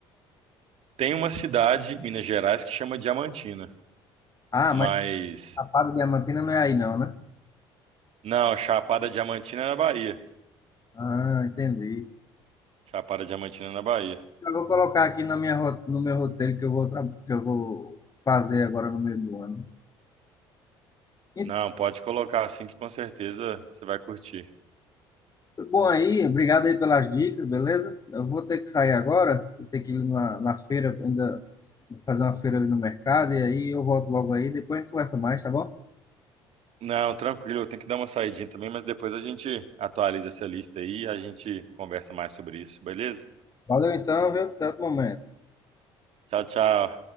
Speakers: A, on the right; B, on the left.
A: Tem uma cidade em Minas Gerais que chama Diamantina,
B: Ah,
A: mas
B: mas a Chapada Diamantina não é aí não, né?
A: não, Chapada Diamantina é na Bahia.
B: Ah, entendi.
A: Chapada Diamantina é na Bahia.
B: Eu vou colocar aqui na minha, ro- no meu roteiro que eu vou, tra- que eu vou fazer agora no meio do ano. E,
A: Não, pode colocar assim que com certeza você vai curtir.
B: bom aí, obrigado aí pelas dicas, beleza? Eu vou ter que sair agora, vou ter que ir na, na feira ainda Vou fazer uma feira ali no mercado e aí eu volto logo aí. Depois a gente conversa mais, tá bom?
A: Não, tranquilo, eu tenho que dar uma saidinha também, mas depois a gente atualiza essa lista aí e a gente conversa mais sobre isso, beleza?
B: Valeu então, viu? Até outro momento.
A: Tchau, tchau.